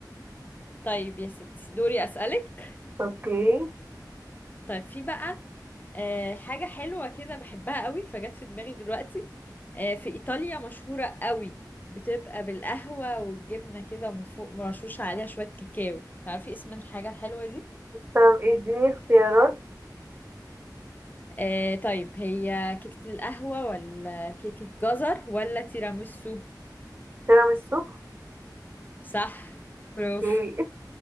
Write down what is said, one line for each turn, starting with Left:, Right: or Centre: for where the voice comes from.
Left: طيب يا ستي دوري اسألك
Right: اوكي
Left: طيب في بقى آه، حاجة حلوة كده بحبها قوي فجت في دماغي دلوقتي آه، في إيطاليا مشهورة قوي بتبقى بالقهوة والجبنة كده ومن فوق مرشوشة عليها شوية كاكاو تعرفي اسم الحاجة الحلوة دي؟
Right: طب اديني اختيارات
Left: آه، طيب هي كيكة القهوة ولا كيكة جزر ولا تيراميسو؟
Right: تيراميسو
Left: صح برافو
Right: اوكي